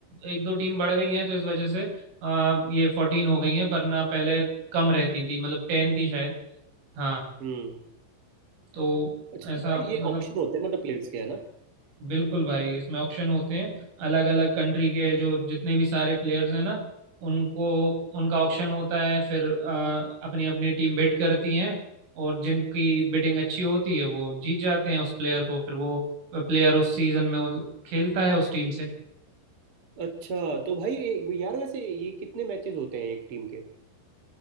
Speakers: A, on the right; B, on the right.
A: एक दो टीम बढ़ गई हैं तो इस वजह से आ, ये फोर्टीन हो गई हैं पर ना पहले कम रहती थी मतलब टेन थी शायद हाँ
B: हम्म
A: तो
B: अच्छा
A: ऐसा
B: तो भाई
A: मतलब
B: ये ऑक्शन होते हैं मतलब प्लेयर्स के है ना
A: बिल्कुल भाई इसमें ऑक्शन होते हैं अलग अलग कंट्री के जो जितने भी सारे प्लेयर्स हैं ना उनको उनका ऑक्शन होता है फिर अपनी अपनी टीम बिड करती हैं और जिनकी बिडिंग अच्छी होती है वो जीत जाते हैं उस प्लेयर को फिर वो प्लेयर उस सीजन में उन- खेलता है उस टीम से
B: अच्छा तो भाई ये- यार वैसे ये कितने मैचेस होते हैं एक टीम के